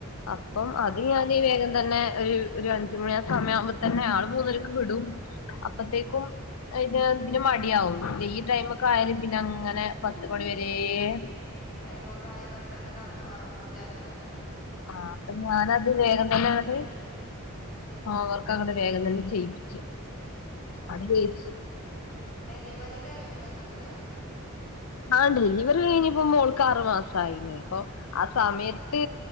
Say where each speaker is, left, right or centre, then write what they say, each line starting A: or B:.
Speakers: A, on the left (about 80°); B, on the left (about 40°).
A: അപ്പം
B: ആഹ്
A: അത്
B: ആഹ്
A: ഞാനി ഈ വേഗം തന്നെ ഒര് ഒരു അഞ്ച് മണി സമയാവുമ്പൊ തന്നെ ആൾ മൂന്നരക്ക് വിടും അപ്പത്തേക്കും ഇത് ന് മടിയാവും ഈ ടൈമൊക്കെ ആയാലും പിന്നെ അങ്ങനെ പത്ത്മണി വരേം
B: ടൈമൊക്ക ആയാ പെട്ടെന്ന് ഒറങ്ങും ചെല്പ്പൊ
A: ആഹ് അപ്പൊ ഞാനത് വേഗം തന്നെ അങ്ങ്ട്ട്
B: ഉം
A: ഹോമ് വർക്കങ്ങ്ട് വേഗം തന്നെ ചെയ്യിപ്പിച്ച്
B: ആഹ്
A: അത് ജയിച്ച്
B: ആഹ് ഡെലിവറി കഴിഞ്ഞു ഇന്ന്ട്ട്
A: ആഹ് ഡെലിവറി കഴിഞ്ഞപ്പൊ മോൾക്ക് ആറു മാസയിലെ ഇപ്പൊ ആഹ് സമയത്ത്
B: ആഹ്